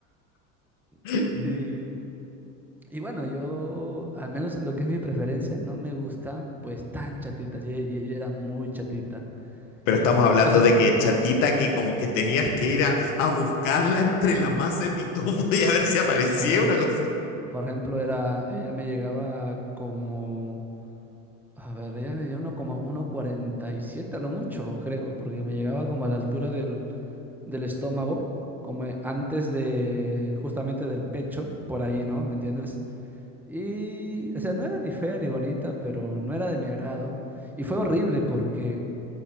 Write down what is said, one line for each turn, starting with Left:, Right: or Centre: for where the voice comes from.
Centre: <laughs>
Left: <laughs>
Centre: Y, y bueno, yo, al menos en lo que es mi preferencia, no me gustan pues tan chatitas, yo yo yo era muy chatita,
Left: Pero
Centre: y...
Left: estamos hablando
Centre: Eso
Left: de que chatita que como que tenías que ir a, a buscarla entre la masa de pitufo y a ver si aparecía
Centre: Sí, amigo.
Left: una cosa.
Centre: Por ejemplo, era, ella me llegaba como, a ver, ella me dio uno como 1,47 a lo mucho, creo, porque me llegaba como a la altura del, del estómago, como eh, antes de, justamente del pecho, por ahí, ¿no? ¿Me entiendes? Y, o sea, no era ni fea ni bonita, pero no era de mi agrado. Y fue horrible porque